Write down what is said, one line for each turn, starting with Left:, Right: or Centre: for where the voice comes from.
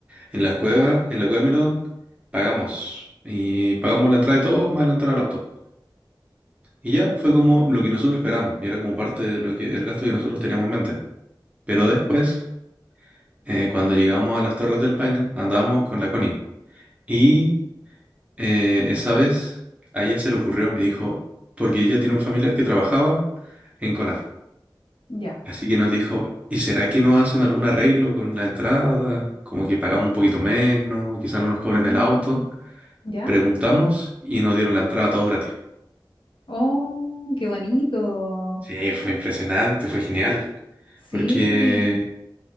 Right: en las cuevas, en la cueva del Milodón, pagamos y pagamos la entrada de todos más la entrada al auto. Y ya fue como lo que nosotros esperamos, y era como parte de lo que el gasto que nosotros teníamos en mente. Pero
Left: Ya,
Right: después, eh, cuando llegamos a las Torres del Paine, andábamos con la Connie. Y Eh, esa vez a ella se le ocurrió, me dijo, porque ella tiene un familiar que trabajaba en CONAF.
Left: ya.
Right: Así que nos dijo, ¿y será que no hacen algún arreglo con la entrada? Como que pagamos un poquito menos, quizá no nos cobren
Left: Mm,
Right: el auto.
Left: ya.
Right: Preguntamos y nos dieron la entrada todo gratis.
Left: Oh, qué bonito.
Right: Sí, fue impresionante, fue genial,
Left: Sí,
Right: porque